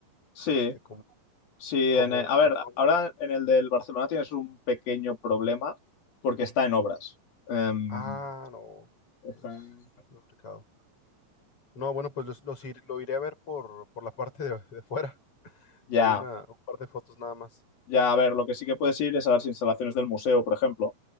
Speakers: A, on the left; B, on the left.
A: Sí,
B: este, cómo,
A: sí.
B: cómo,
A: en el- a
B: cómo
A: ver,
B: son y
A: ahora
B: todo eso.
A: en el del Barcelona tienes un pequeño problema porque está en obras. Em,
B: Ah, no,
A: está
B: pues,
A: en-
B: muy complicado. No, bueno, pues los, los ir- lo iré a ver por, por la <laughs> parte de, de fuera.
A: Ya,
B: Hay una, un par de fotos nada más.
A: ya, a ver, lo que sí que puedes ir es a las instalaciones del museo, por ejemplo,